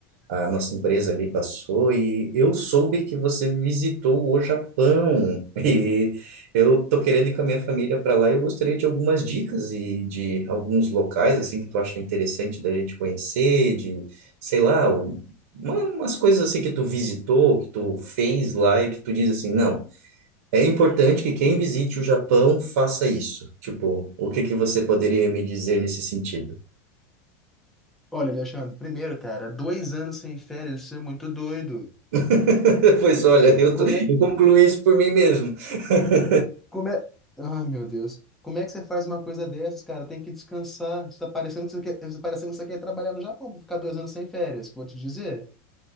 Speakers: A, on the right (about 75°); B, in the centre.
A: a nossa empresa ali passou e eu soube que você visitou o Japão <laughs> e eu tô querendo ir com a minha família para lá e eu gostaria de algumas dicas e de alguns locais assim que tu acha interessante da gente conhecer, de, sei lá, um- uma- umas coisas assim que tu visitou, que tu fez lá e que tu diz assim, não, é importante que quem visite o Japão faça isso. Tipo, o que que você poderia me dizer nesse sentido?
B: Olha, Alexandre, primeiro, cara, dois anos sem férias, isso é muito doido.
A: <laughs> Pois olha, eu,
B: Como
A: tô, eu
B: é,
A: concluí isso por mim mesmo. <laughs>
B: como é... Ai, meu Deus. Como é que você faz uma coisa dessas, cara? Tem que descansar. Você tá parecendo que você quer, você tá parecendo que você quer trabalhar no Japão pra ficar dois anos sem férias, vou te dizer.